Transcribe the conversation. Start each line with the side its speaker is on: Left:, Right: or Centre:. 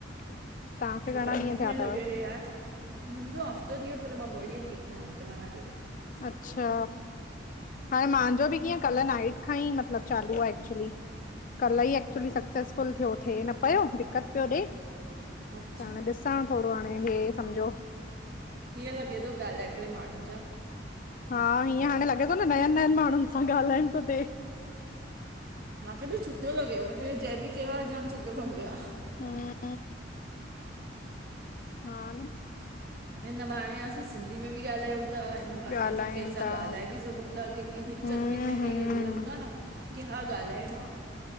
Left: तव्हांखे
Right: छो
Left: घणा
Right: तां
Left: ॾींहं
Right: खे
Left: थिया
Right: कीअं
Left: तव
Right: लॻे हे एप? मिंजो हफ़्तो थी यो, पर मां ॿ ॾींअं ठीक न हुयम, त मां न कयो।
Left: अच्छा हाणे मांजो बि कीअं, कल नाइट खां ई, मतलब चालू आ एक्चुली। कल ई एक्चुली सक्सेसफुल थ्यो, थे न पयो दिक्कत पयो ॾे
Right: अच्छा
Left: त हाणे ॾिसां, थोड़ो हाणे हे सम्झ्यो
Right: कीअं लॻे थो, ॻालाए करे माणुन सां?
Left: हा, हीअं हाणे लॻे तो न नयन नयन माणुन सां, ॻालाएण तो थे।
Right: माखे बि सुठो लॻियो, मां च्यो हे जै बि कयो आ जाम सुठो कम कयो आ।
Left: हम् हा न
Right: हिन बहाणें असां सिंधी में बि ॻालायूं ता, हिन बहाने
Left: ॻाल्हायूं
Right: असां केंसां
Left: था
Right: ॻालाए बि सघूं ता। क क
Left: हम्म
Right: चक पेंदाएन
Left: हम्म
Right: कि मलब, हूंदो आ न, कि हा ॻालाएणो आ।